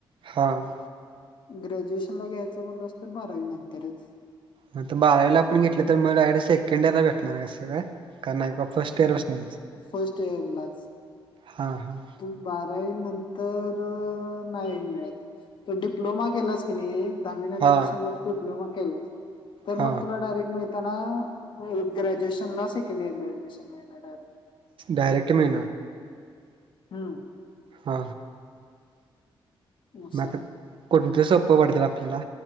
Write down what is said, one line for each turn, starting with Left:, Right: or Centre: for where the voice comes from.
Right: हां
Left: ग्रॅज्युएशन ला घ्यायचं म्हणलं अस तर मारावी नंतरच
Right: मग बारावीला आपण घेतलं तर मगयडी सेकंड एरला भेटणार कसं काय का नाही का फर्स्ट इयर बस नाही
Left: फस्ट येला
Right: हा हा
Left: तु बारावी नंतर नाही मिळत तो डिप्लोमा केलास कानी दहावी नंतर
Right: हां
Left: समज डिप्लोमा केला तर
Right: हां
Left: मग तुला डायरेक्ट मा त ग्रॅज्युएशन ला सेकंड इयर ल ऍडमिशन माड <inaudible>
Right: डायरेक्ट मही
Left: हा
Right: हा
Left: असं
Right: मत कोणतं सोपं पडतील आपल्याला